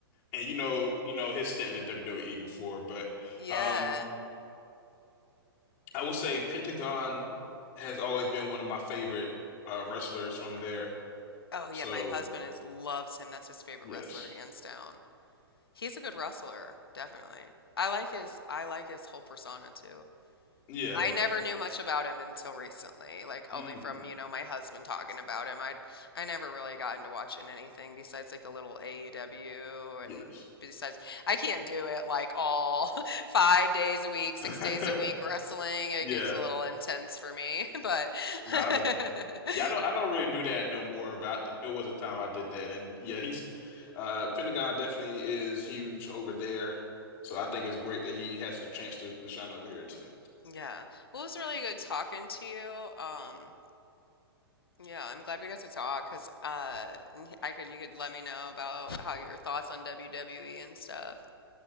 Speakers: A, on the left; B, on the left.
A: and you know, you know his stint in the WWE before, but
B: yeah.
A: um I would say Pentagon has always been one of my favorite uh wrestlers from there.
B: Oh yeah,
A: So,
B: my husband is loves him. That's his favorite
A: yes.
B: wrestler, hands down. He's a good wrestler, definitely. I like his I like his whole persona too.
A: Yeah.
B: I never knew much about him until recently, like only
A: Mm,
B: from, you know, my husband talking about him. I I never really got into watching anything besides like a little AEW and
A: yes.
B: besides I can't do it like all <laughs> five days a week, six
A: <laughs>
B: days a week wrestling. It
A: Yeah.
B: gets a little intense for me, <laughs> but
A: No, I understand.
B: <laughs>
A: Yeah, I don't I don't really do that no more, but I- it was a time I did that. And yeah, he's uh Pentagon definitely is huge over there. So I think it's great that he has a chance to, to shine over here too.
B: Yeah. Well, it was really good talking to you. Um, yeah, I'm glad we got to talk because uh, and I could you could let me know about how your thoughts on WWE and stuff.